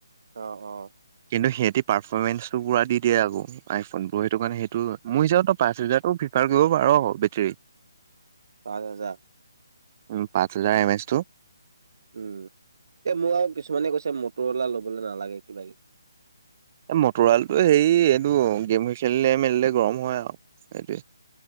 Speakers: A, on the right; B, on the right.
A: অহ অহ
B: কিন্তু সিহঁতি পাৰফৰ্মেঞ্চ টো পোৰা দি দিয়ে আক- আইফোন বোৰ সেইটো কাৰণে সেইটো মোৰ হিচাপত পাঁচ হেজাৰতো ফিফাৰ কৰিব পাৰ বেটেৰী।
A: পাচঁ হেজাৰ-
B: উম পাঁচ হাজাৰ এম এচ টো।
A: উম এ মোৰ আৰু কিছুমানে কৈছে মটৰৱালা লবলৈ নালাগে কিবা কিবি।
B: এই মটৰালটো হেৰি এইটো গেম খেলিলে মেলিলে গৰম হয় আৰু এইটোৱে।